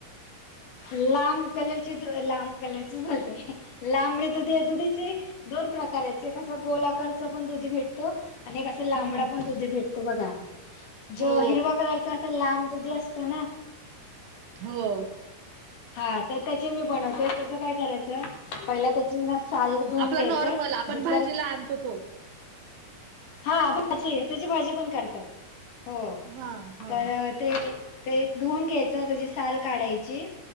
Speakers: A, on the left; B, on the right.
A: लांब कलरची लांब कलरची बोलते लांबडी दुधी दुधीची दोन प्रकार आहेत ते कसं गोल आकारच पण दुधी भेटतो आणि एक असा लांबडा
B: हम्म
A: पण दुधी भेटतो बघा जो
B: हो
A: हिरव कलरच असं लांब दुधी असतं ना
B: हो.
A: हा तर त्याचे मी बनवते त्याच काय करायचं पहिला ते चे ना साल धुवून
B: आपला
A: घ्यायचं
B: नॉर्मल आपण
A: धूतल्या
B: भाजीला आणतो तो
A: हा भाजी त्याची भाजी पण करतात हो
B: हा हा
A: तर ते ते धुवून घ्यायचं, त्याची साल काढायची,